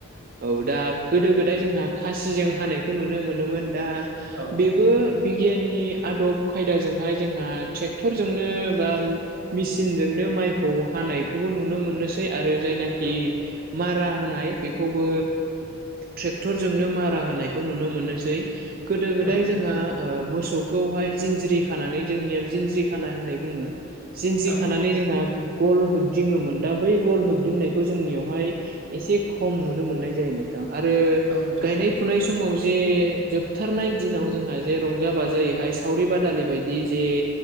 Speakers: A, on the right (about 45°); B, on the right (about 70°).
A: औ दा गोदो गोदाय जोंहा खासिजों हानायखौ नुनो मोनोमोन दा
B: औ
A: बेबो बिगियाननि आदब खायदाजोंहाय जोंहा ट्रेक्टरजोंनो बा मेसिनजोंनो माइखौ हा नायखौबो नुनो मोननोसै आरो जायनाखि
B: औ
A: मारा होनाय बेखौबो ट्रेक्टर जोंनो मारा होनायखौ नुनो मोननोसै गोदो गोदाय
B: औ नोंथां
A: जोंहा ओ मोस सौखौहाय जिन्ज्रि खानानै जोंनियाव जिन्ज्रि खाना होननाय बुङो जिन्ज्रि
B: औ
A: खानानै जोंहा गल होगदिङोमोन दा बै गल होगदिंनायखौ जोंनियावहाय एसे खम नुनो मोननाय जायो नोंथां। आरो
B: औ नोंथां
A: गायनाय फुनाय समाव जे जोबथारनाय दिनाव जोंहा जे रंजा बाजायो बेहाय सावरि बादालि बायदि जे